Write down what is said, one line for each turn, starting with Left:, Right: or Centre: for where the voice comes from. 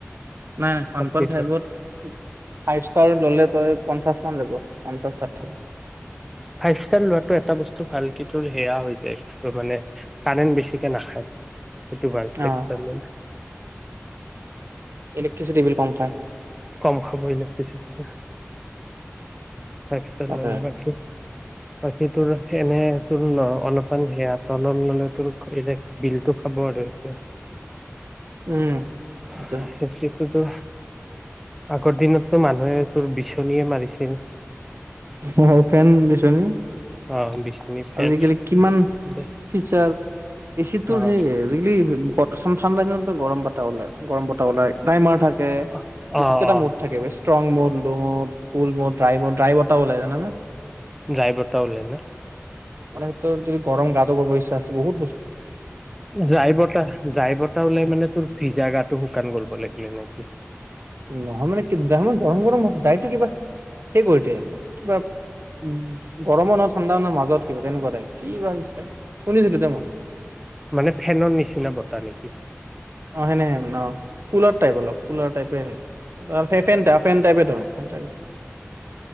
Right: নাই, ওৱান
Centre: ফৰ্টি
Right: পৱেণ্ট ফাইভত ফাইভ ষ্টাৰ ললে তই। পঞ্চাশ মান যাব, পঞ্চাশ, ষাঠি
Centre: ফাইভ ষ্টাৰ লোৱাটো এটা বস্তু ভাল কি তোৰ সেয়া হৈ মানে কাৰেণ্ট বেছিকে নাখায়, সেইটো
Right: অ
Centre: <unintelligible>
Right: ইলেকট্ৰিচিটি বিল কম খায়।
Centre: কম খাব ইলেক্ট্ৰিচিটতে। ফেসটাইল
Right: তাকে
Centre: লে বাকী বাকী তোৰ এনে তোৰ ন অনুপাণ সেয়া তলল নলটোৰ ইলে বিলটো খাব আৰু এয়া
Right: উম সেইটো
Centre: সেতটোতো আগৰ দিনতটো মানুহে তোৰ বিচনীয়ে মাৰিছিল।
Right: অ', ফেন বিচনী,
Centre: অ বিচনী ফেন
Right: আজিকালি কিমান
Centre: দে
Right: ফিচাৰ। এ চিটোৰ
Centre: অ
Right: হেই আজিকালি <inaudible> <unintelligible> ঠাণ্ডা দিনতটো গমৰ বাতা ওলাই, গৰম বতাহ ওলাই নাই মই <inaudible> তে
Centre: অ
Right: বহুতকেইটা
Centre: অ
Right: মুদ থাকে বেছ strong mode load, full mode dry mode ড্ৰাইভত ওলাই জানা না?
Centre: ডাইভৰটা ওলাই ন'?
Right: মানে তৰ যদি গৰম গাতো কৰবো ইচ্ছা আছে বহুত বচ
Centre: ড্ৰাই বতাহ, ডাই বতাহ ওলাই মানে তোৰ ভিজা গাতো শুকান গ'ল বোলে। <unintelligible> নেকি
Right: নহয় মানে কি, দেহা ইমান গৰম গৰম হ যায়টো কিবা সেই কৰিতোৱে অলপ কিবা উ, গৰমৰ ন' ঠাণ্ডা ন' মাজত কিবা তেনেকুৱা তাইপ, কিবা চিষ্টেম। শুনিছিলো দে মই
Centre: অ', মানে ফেনৰ নিচিনা বতাহ নেকি?
Right: অ', সেনে হেন অ', কুলাৰ টাইপ অলপ, কুলাৰ টাইপ হৈছে আৰ ফেনটা ফেন টাইপে ধৰ, ফেন <inaudible>